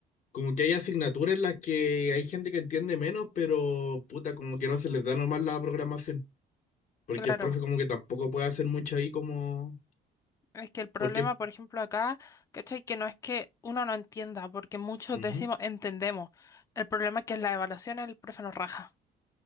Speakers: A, on the left (about 45°); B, on the left (about 20°).
A: Como que hay asignaturas en las que hay gente que entiende menos, pero puta, como que no se les da nomás la programación. Porque
B: Claro,
A: el profe como que tampoco puede hacer mucho ahí como...
B: es que el problema,
A: Porque...
B: por ejemplo, acá, ¿cachai? Que no es que uno no entienda, porque muchos
A: Ujú,
B: decimos entendemos. El problema es que en las evaluaciones el profe nos raja.